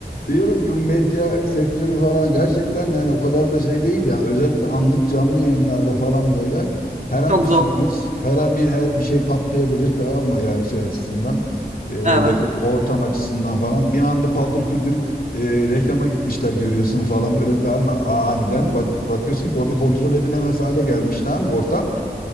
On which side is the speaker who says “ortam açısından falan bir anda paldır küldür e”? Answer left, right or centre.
Left